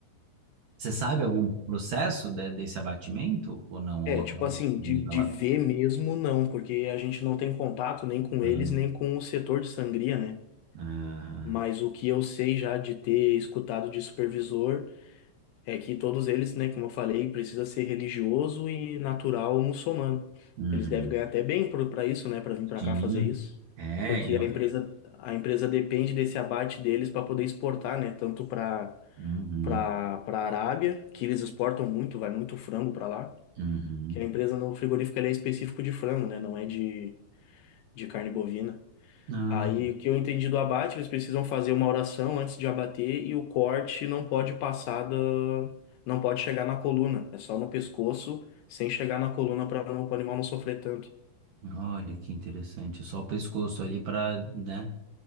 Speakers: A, on the right; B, on the left.
A: Você sabe algum processo de- desse abatimento ou não? Ou
B: É,
A: é
B: tipo
A: realmente
B: assim,
A: nivelado?
B: de, de ver mesmo não, porque a gente não tem contato nem com
A: Aham,
B: eles, nem com o setor de sangria, né?
A: aham,
B: Mas o que eu sei já de ter escutado de supervisor é que todos eles, né, como eu falei, precisa ser religioso e natural muçulmano.
A: uhum.
B: Eles devem ganhar até bem por- pra isso, né, Pra vir pra
A: Sim,
B: cá fazer isso,
A: é,
B: porque
A: eu-
B: a empresa a empresa depende desse abate deles para poder exportar, né, tanto pra
A: uhum,
B: para para Arábia, que eles exportam muito, vai muito frango pra lá
A: uhum.
B: que a empresa no frigorífico ele é específico de frango, né? Não é de, de carne bovina.
A: Ah,
B: Aí, o que eu entendi do abate, eles precisam fazer uma oração antes de abater e o corte não pode passar da, não pode chegar na coluna. É só no pescoço, sem chegar na coluna para o animal não sofrer tanto.
A: olha que interessante. Só o pescoço ali para, né?